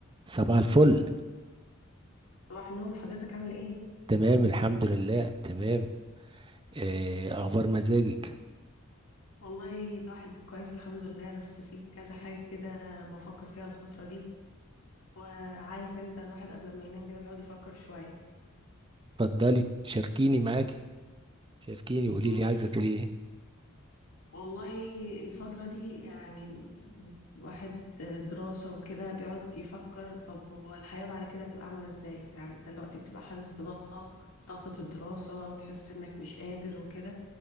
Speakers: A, on the right; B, on the left.
A: صباح الفل
B: صباح النور حضرتك عامل ايه؟
A: تمام الحمد لله تمام آه، اخبار مزاجك
B: والله الواحد كويس الحمد لله بس في كذا حاجة كده بفكر فيها الفترة دي وعارف انت الواحد قبل ما ينام كده بيقعد يفكر شوية
A: اتفضلي شاركيني معاكي شاركيني قولي
B: ماشي
A: لي عايزه تقولي ايه
B: والله الفترة دي يعني الواحد دراسة وكده بيقعد يفكر طب هو الحياة بعد كده هتبقى عاملة ازاي؟ يعني انت دلوقتي بتبقى حاسس بضغطة ضغطة الدراسة وتحس انك مش قادر وكده